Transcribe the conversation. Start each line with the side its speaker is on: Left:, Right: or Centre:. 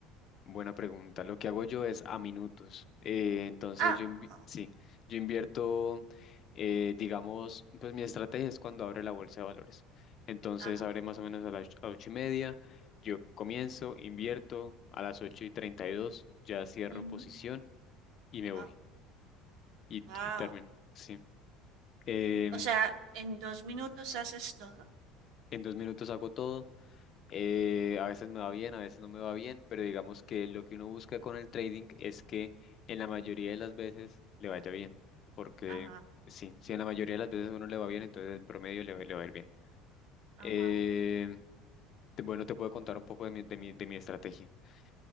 Left: Buena pregunta. Lo que hago yo es a minutos. Eh, entonces
Right: Ah,
Left: yo invi-
Right: wow,
Left: sí, yo invierto, eh, digamos, pues mi estrategia es cuando abre la bolsa de valores. Entonces
Right: ajá,
Left: abre más o menos a las och- a ocho y media. Yo comienzo, invierto a las ocho y treinta y dos, ya cierro
Right: ujú,
Left: posición y me voy.
Right: wow,
Left: Y t-
Right: wow.
Left: termino. Sí. Em,
Right: O sea, en dos minutos haces todo.
Left: en dos minutos hago todo. Eh, a veces me va bien, a veces no me va bien, pero digamos que lo que uno busca con el trading es que en la mayoría de las veces le vaya bien, porque
Right: Ajá,
Left: sí, si en la mayoría de las veces a uno le va bien, entonces en promedio le, va- le va a ir bien.
Right: ajá.
Left: Eh, te- bueno, te puedo contar un poco de mi, de mi, de mi estrategia. <laughs>